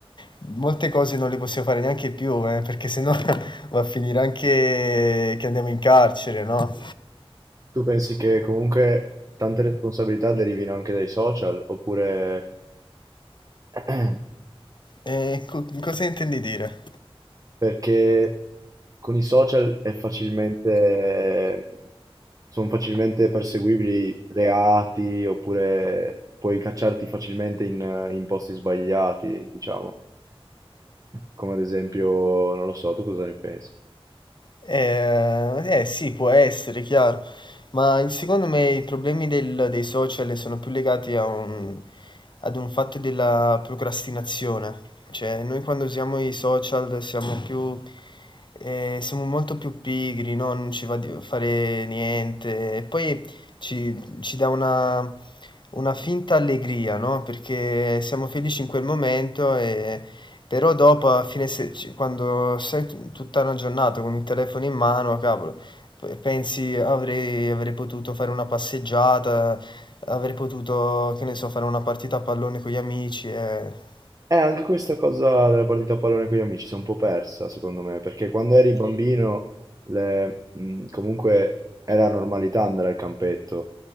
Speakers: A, on the left; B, on the right.
A: <laughs> molte cose non le possiamo fare neanche più, eh, perché se no <laughs> va a finire anche che andiamo in carcere, no?
B: Tu pensi che comunque tante responsabilità derivino anche dai social oppure... <clears throat>
A: Ehm, co cosa intendi dire?
B: Perché con i social è facilmente, sono facilmente perseguibili reati oppure puoi cacciarti facilmente in, in posti sbagliati, diciamo. Come ad esempio, non lo so, tu cosa ne pensi?
A: Eh, eh, sì, può essere, chiaro, ma il- secondo me i problemi del- dei social sono più legati a un, ad un fatto della procrastinazione, cioè noi quando usiamo i social siamo più, eh, siamo molto più pigri, no? Non ci va di fare niente, e poi ci, ci dà una, una finta allegria, no? Perché siamo felici in quel momento, e, però dopo, a fine se- ci- quando sei t- tutta una giornata con il telefono in mano, cavolo, p- pensi avrei, avrei potuto fare una passeggiata, avrei potuto, che ne so, fare una partita a pallone con gli amici. eh.
B: Eh, anche questa cosa della partita a pallone con gli amici si è un po' persa, secondo me, perché quando eri bambino le- mh, comunque era normalità andare al campetto.